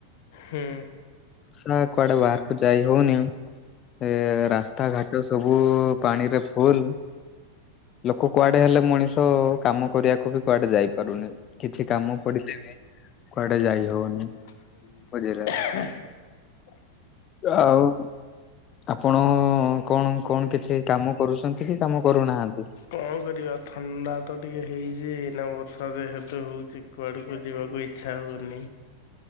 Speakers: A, on the left; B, on the left.
A: ହୁଁ
B: ବର୍ଷା କୁଆଡେ ବାହାରକୁ ଯାଇ ହଉନି। ଏ ରାସ୍ତା ଘାଟ ସବୁ ପାଣିରେ ଫୁଲ। ଲୋକ କୁଆଡେ ହେଲେ ମଣିଷ କାମ କରିବାକୁ ବି କୁଆଡେ ଯାଇ ପାରୁନି କିଛି କାମ ପଡିଲେ ବି।
A: <unintelligible>
B: କୁଆଡେ ଯାଇ ହଉନି ବୁଝିଲେ ଆଉ। ଆପଣ କଣ କଣ କିଛି କାମ କରୁଛନ୍ତି କି କାମ କରୁ ନାହାନ୍ତି?
A: କଁ କରି ବା ଥଣ୍ଡା ତ ଟିକେ ହେଇଛି ଏଇନା ବର୍ଷା ଯେହେତୁ ହଉଛି କୁଆଡକୁ ଯିବାକୁ ଇ ଛା ହଉନି